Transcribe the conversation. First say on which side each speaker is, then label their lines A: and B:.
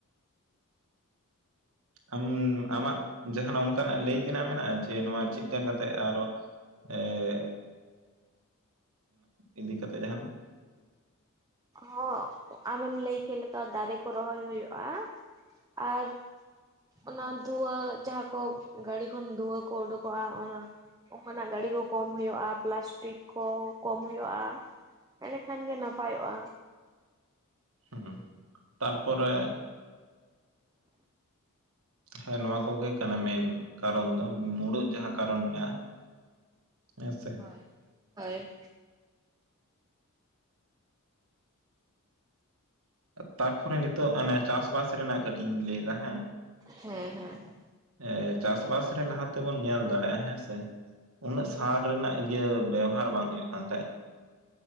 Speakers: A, on the right; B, on the right.
A: ᱟᱢ ᱟᱢᱟᱜ ᱡᱟᱦᱟᱸᱱᱟᱜ ᱚᱱᱠᱟᱱᱟᱜ ᱞᱟᱹᱭ ᱛᱮᱱᱟᱜ ᱢᱮᱱᱟᱜ-ᱟ ᱡᱮ ᱱᱚᱣᱟ ᱪᱮᱫᱠᱟ ᱠᱟᱛᱮᱜ ᱟᱨᱚᱼᱼ ᱮᱸᱜ <inaudible> <inaudible> ᱤᱫᱤ ᱠᱟᱛᱮ ᱡᱟᱦᱟᱱᱟᱜ
B: ᱦᱚᱸ ᱟᱢᱮᱢ ᱞᱟᱹᱭ ᱠᱮᱫ ᱞᱮᱠᱟ ᱫᱟᱨᱮ ᱠᱚ ᱨᱚᱦᱚᱭ ᱦᱩᱭᱩᱜᱼᱟ᱾ ᱟᱨ ᱚᱱᱟ ᱫᱷᱩᱸᱣᱟᱹ ᱡᱟᱦᱟᱸ ᱠᱚ ᱜᱟᱹᱰᱤ ᱠᱷᱚᱱ ᱫᱷᱩᱸᱣᱟᱹ ᱠᱚ ᱩᱰᱩᱠᱚᱜᱼᱟ᱾ ᱚᱱᱟ ᱚᱱᱝᱠᱟᱱᱟᱼᱜ ᱜᱟᱹᱰᱤ ᱠᱚ ᱠᱚᱢ ᱦᱩᱭᱩᱜᱼᱟ ᱯᱮᱞᱟᱥᱴᱤᱠ ᱠᱚ ᱠᱚᱢ ᱦᱩᱭᱩᱜᱼᱟ᱾ ᱮᱸᱰᱮ ᱠᱷᱟᱱ ᱜᱮ ᱱᱟᱯᱟᱭᱚᱜᱼᱟ᱾
A: ᱦᱩᱸ ᱛᱟᱨᱯᱚᱨᱮ ᱦᱮᱸ ᱱᱚᱣᱟ ᱠᱚᱜᱮ ᱠᱟᱱᱟ ᱢᱮᱱ ᱠᱟᱨᱚᱱ ᱫᱚ, ᱢᱩᱲᱦᱩᱫ ᱡᱟᱦᱟᱸ ᱠᱟᱨᱚᱱ ᱢᱮᱱᱟᱜᱼᱟ᱾ ᱦᱮᱸ ᱥᱮ
B: ᱦᱳᱭ ᱦᱳᱭ
A: ᱛᱟᱨᱯᱚᱨᱮ ᱱᱤᱛᱚᱜ ᱚᱱᱮ ᱪᱟᱥ-ᱵᱟᱥ ᱨᱮᱱᱟᱜ ᱠᱟᱹᱴᱤᱡ ᱤᱧ ᱞᱟᱹᱭ ᱫᱟ ᱦᱮᱸᱻ
B: ᱦᱮᱸ ᱻ ᱦᱮᱸ
A: ᱮ ᱪᱟᱥ-ᱵᱟᱥ ᱨᱮ ᱞᱟᱦᱟ ᱛᱮᱵᱚᱱ ᱧᱮᱞ ᱫᱟᱲᱮᱭᱟᱜᱼᱟ ᱦᱮᱸᱥᱮ᱾ ᱩᱱᱟᱹᱜ ᱥᱟᱨ ᱨᱮᱱᱟᱜ ᱤᱭᱟᱹ ᱵᱮᱣᱦᱟᱨ ᱵᱟᱝ ᱦᱩᱭᱩᱼᱜ ᱠᱟᱱ ᱛᱟᱦᱮᱸᱫ